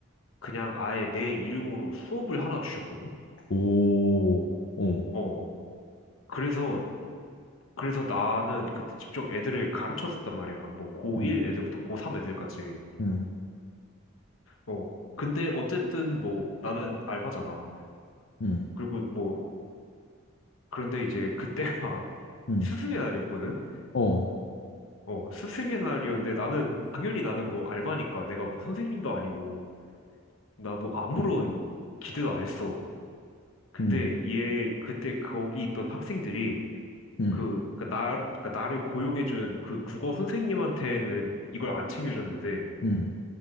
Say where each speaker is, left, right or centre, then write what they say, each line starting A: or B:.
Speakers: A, on the left; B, on the left.
A: 그냥 아예 내 이름으로 수업을 하나 주셨거든.
B: 오, 어,
A: 어. 그래서 그래서 나는 그때 직접 애들을 가르쳤었단 말이야. 뭐 고1
B: 응,
A: 애들부터 고3 애들까지.
B: 응,
A: 어. 근데 어쨌든 뭐 나는 알바잖아.
B: 응, 응,
A: 그리고 뭐 그런데 이제 그때가 <laughs>
B: 응.
A: 스승의 날이었거든.
B: 어,
A: 어, 스승의 날이었는데 나는 당연히 나는 뭐 알바니까 내가 뭐 선생님도 아니고 나 뭐 아무런
B: 응,
A: 기대도 안 했어. 근데
B: 응,
A: 얘 그때 거기 있던 학생들이
B: 응,
A: 그, 그니까 나, 그니까 나를 고용해준 그 국어 선생님한테는 이걸 안 챙겨줬는데
B: 응.